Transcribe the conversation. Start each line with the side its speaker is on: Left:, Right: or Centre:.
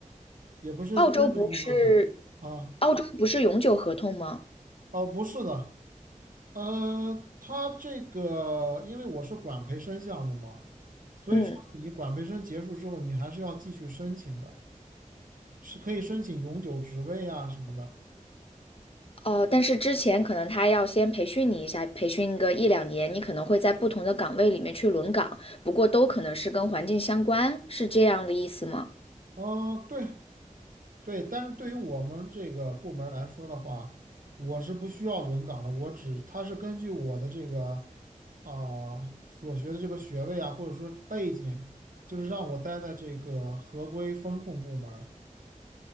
Right: 也不是真正意义上的啊，
Left: 澳洲不是，澳洲不是永久合同吗？
Right: 哦，不是的，呃，他这个因为我是管培生项目嘛。所以说，
Left: 嗯。
Right: 你管培生结束之后，你还是要继续申请的。是可以申请永久职位啊什么的。
Left: 哦，但是之前可能他要先培训你一下，培训个一两年，你可能会在不同的岗位里面去轮岗，不过都可能是跟环境相关，是这样的意思吗？
Right: 嗯，对对，但是对于我们这个部门儿来说的话，我是不需要轮岗的，我只他是根据我的这个啊、所学的这个学位啊，或者说背景，就是让我待在这个合规风控部门儿